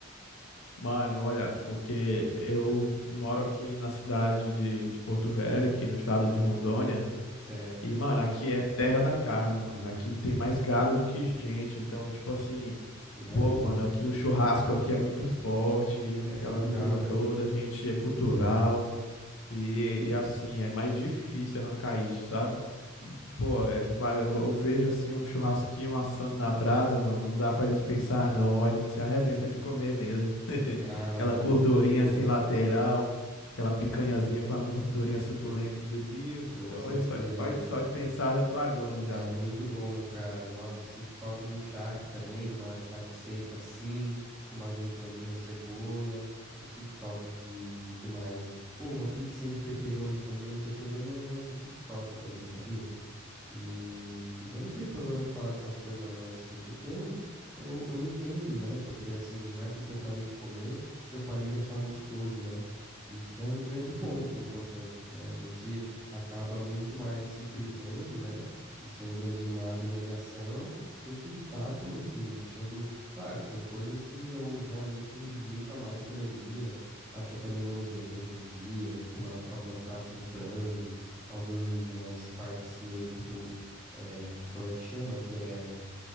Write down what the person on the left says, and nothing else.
Mano, olha, porque eu vi- moro aqui na cidade de, de Porto Velho, aqui no estado de Rondônia,
e, mano, aqui é terra da carne, mano. Aqui tem mais gado do que gente, então, tipo assim,
pô, mano, aqui o churrasco aqui é muito forte, e aquela
coisa
toda,
a gente é cultural, e, e assim, é mais difícil arrancar isso, sabe? Pô, é ba- eu vejo assim um churrasquinho assando na brasa, mano, não dá pra dispensar, não, ó, a gente se arrebenta
de comer mesmo.
Aquela
gordurinha
assim lateral, aquela picanhazinha com a gordurinha suculenta. Meu Deus
do céu,
olha só, olha, só de pensar já tô aguando já.